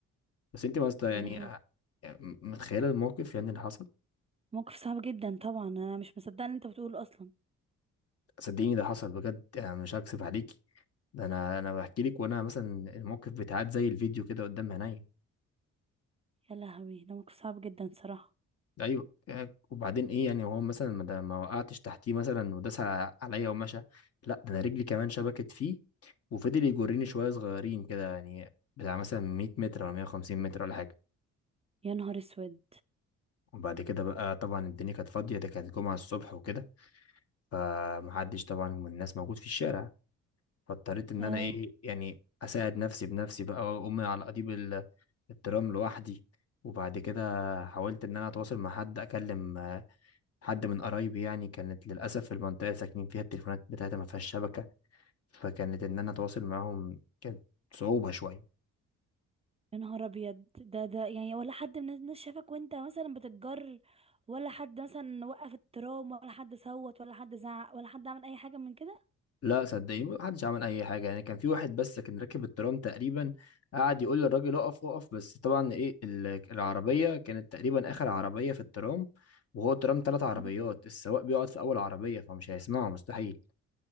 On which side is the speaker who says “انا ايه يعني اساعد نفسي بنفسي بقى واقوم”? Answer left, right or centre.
Left